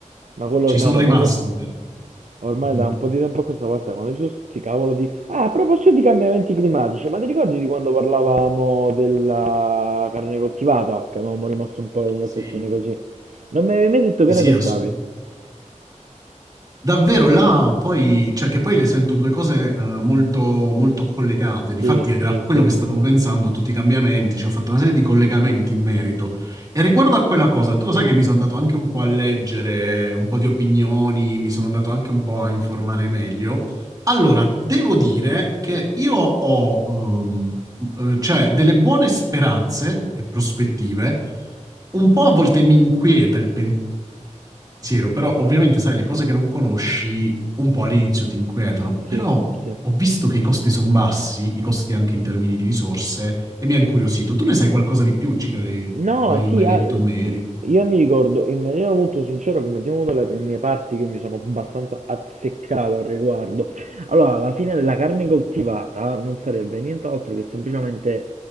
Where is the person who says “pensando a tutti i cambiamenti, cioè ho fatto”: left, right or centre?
Right